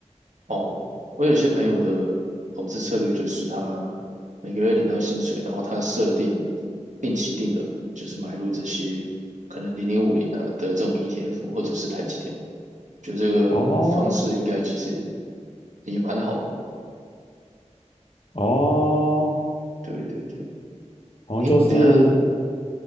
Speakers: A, on the right (about 85°); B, on the left (about 50°).
A: 哦，我有些朋友的投资策略就是他每个月领到薪水，然后他设定定期定额，就是买入这些可能零零五零啊的这种 ETF 或者是台积电，我觉得这个方式应该其实
B: 哦
A: 也蛮好的。
B: 哦
A: 对对对，
B: 好像就是
A: 诶，我等一下